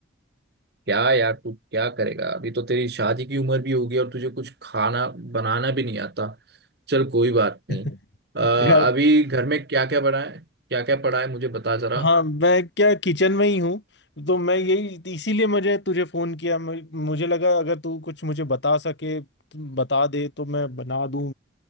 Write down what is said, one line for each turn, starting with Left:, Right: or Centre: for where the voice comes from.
Right: क्या यार तू क्या करेगा अभी तो तेरी शादी की उम्र भी होगी और तुझे कुछ खाना बनाना भी नहीं आता चल कोई बात
Left: <laughs>
Right: नहीं आ,
Left: यार
Right: अभी घर में क्या क्या बना है क्या क्या पड़ा है मुझे बता जरा
Left: हाँ मैं क्या किचन में ही हूँ तो मैं यही इसीलिए मुझे तुझे फोन किया मैं- मुझे लगा अगर तू कुछ मुझे बता सके तू बता दे तो मैं बना दूं